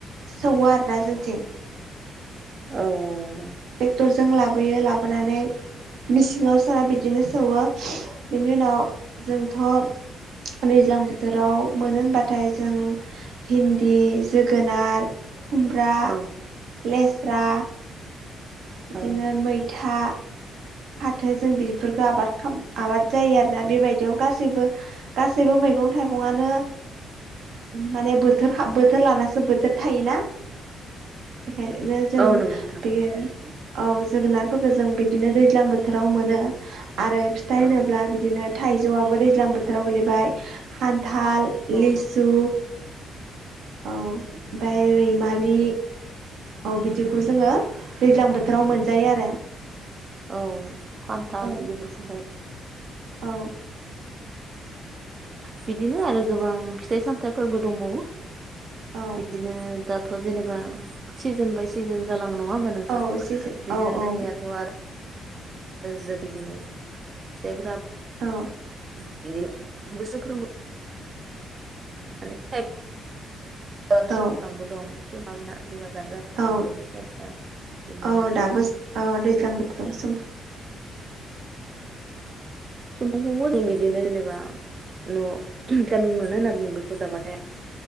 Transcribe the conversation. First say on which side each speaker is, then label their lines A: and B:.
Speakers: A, on the right (about 80°); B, on the right (about 40°).
A: सौवा आरोोना जोंथिं
B: औ औ
A: ट्रेक्टर जों लाबोयो लाबोनानै मिसिङाव सोना बिदिनो सौो बेनि उनाव जोंथ'ै दैज्लां बोथोराव मोनो होनबाथाय जों भिन्दि जोगोनार खुम्राा
B: औ
A: लेस्रा बिदिनो
B: औ
A: मैथा फाथो जों बिदिफोरखौ आबाद आबाद जायो आरोोना बेबायदियाव गासैबो गासैबो मैगं थाइगंानो माने बोथ बोथोर लानासो बोथोर थायोना बेखायनो जों
B: औ नंगौ नोंथां
A: बेयो
B: नंगौ
A: औ जोगोनारफोरखौ जों बिदिनो दै ्लां बोथोराव मोन आरो फिथ होनोब्ला
B: औ
A: बिदिनो थ जौआबो दैज्लां बोथोराव गोलैबाय खान्थाल
B: औ
A: लिसु
B: नंगौ
A: औ ओमफ्राय रैमालि औ बिदिखौ जोङो दैज्लां बोथोराव मोनजायो आरो
B: औ खान्थाल
A: औ
B: बेफोरखौहाय
A: औ
B: बिदिनो आरो गोबां फिथाइ सामथाइफोरबो दंबावो
A: औ
B: बिदिनो दाथ' जेनेबा सिजोन बाय सिजोन जालां नङा होमबा नोंथां
A: औ एसेसो
B: बिदिनो
A: औ
B: जोंनियाथ'
A: औ
B: आरो जोब बिदिनो फिथाइफ्राब
A: औ
B: बिदिनो बोसोरफ्रोम <unintelligible> आरो
A: औ
B: सुमफ्रामबो दं <unintelligible> बिबार बिबार जाथ'वाखै
A: औ
B: नायलाय <unintelligible> बिदिनो
A: औ दाबो दैज्लां बोथोरावबा सुमफ्राम <inaudible>
B: सुमफ्रामखौबो जों बिदिनो जेनेबा न बिथामिन मोनो होनना बुङो बेखौ जाबाथाय